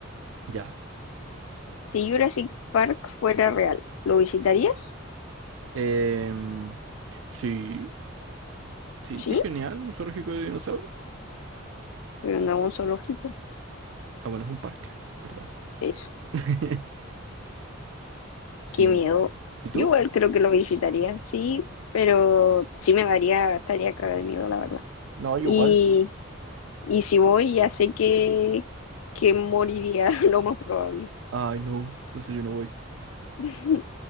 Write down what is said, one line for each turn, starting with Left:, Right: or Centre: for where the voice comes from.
Right: Ya.
Left: Si Jurassic Park fuera real, ¿lo visitarías?
Right: Em, sí, sí,
Left: Sí,
Right: qué genial, un zoológico de dinosaurios.
Left: pero no es un zoológico.
Right: Ah, bueno, es un parque, ¿verdad?
Left: Eso,
Right: <laughs> Sí.
Left: qué miedo.
Right: ¿Y tú?
Left: Yo igual creo que lo visitaría, sí, pero sí me daría, estaría cara de miedo, la verdad.
Right: No, yo
Left: Y
Right: igual.
Left: Y si voy, ya sé que, que moriría <laughs> lo más probable.
Right: Ay, no, entonces yo no voy.
Left: <laughs>